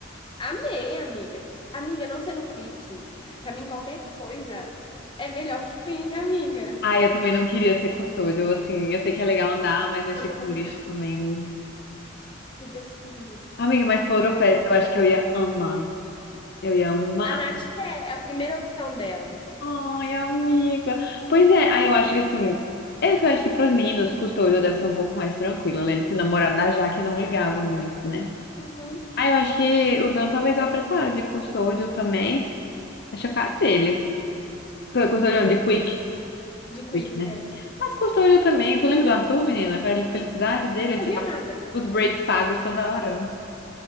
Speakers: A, on the left; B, on the left.
A: Amei, amiga. Amiga, não sendo quick. Pra mim, qualquer coisa é melhor que quick, amiga.
B: Ai, eu também não queria ser custódio, assim, eu sei que é legal andar, mas mexer
A: Mas eu
B: com
A: também
B: lixo
A: não.
B: também.
A: Se Deus que me livre.
B: Amiga, mas Poloropeça,
A: Também não.
B: eu acho que eu ia amar. Eu ia amar.
A: A Nath quer, é é a primeira opção dela.
B: Ai, amiga. Pois é, aí eu acho que assim. É que eu acho que pros meninos, custódio deve ser um pouco mais tranquilo. Eu lembro que o namorado da Jaque não ligava muito, né?
A: Uhum.
B: Aí eu acho que o Dan talvez eu apressara de custódio também. Acho a cara dele. Tô- Custódio não, de Quick.
A: De Quick,
B: Quick, né?
A: yes.
B: Mas custódio também. Tu lembra do Arthur, menina? A felicidade dele, ele
A: Não
B: tirava
A: Fazia nada.
B: os breaks pagos toda hora.